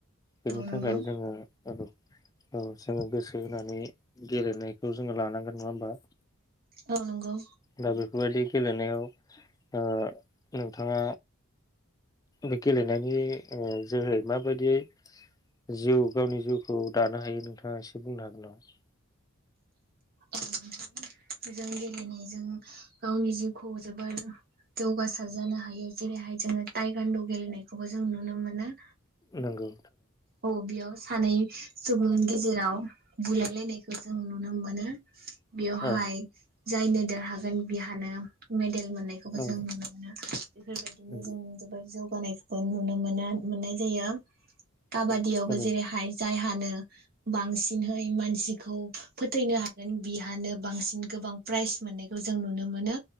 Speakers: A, on the left; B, on the right.
A: बेनि
B: नंगौ
A: थाखाय जोङो औ । औ जङो गोसो मानि गेलेनायखौ जोङो लानांगोन नङा होमबा?
B: औ नंगौ।
A: दा बेफोरबायदि गेलेनायाव ओ नोंथाङा बे गेलेनायनि ओ जोहै माबायदियै जिउ गावनि जिउखौ दानो हायो नोंथांङा एसे बुंनो हागोन नामा?
B: उम जों गेलेनायजों गावनि जिउखौ जोबोर जौगासार जानो हायो जेरैहाय जोंङो थायगान्दु गेलेनाय बेखौबो जों नुनो मोनो।
A: नोंगौ।
B: औ बियाव सानै सुबुंनि गेजेराव बुलायलायनायखौ जों नुनो मोनो। बेवहाय
A: औ
B: जायनो देरहागोन बिहानो मे बेल मोननायखौबो
A: औ
B: जों नुनो मोनो। बेफोरबायदिनो
A: नंगौ
B: जों जोबोर जौगानायखौबो नुनो मोनो। मोननाय जायो। काबादियावबो
A: औ थारैनो
B: जेरैहाय जायहा नों बांसिनहै मानसिखौ फोथैनो हागोन बिहानो बांसिन गोबां प्राइज मोननायखौ जों नुनो मोनो।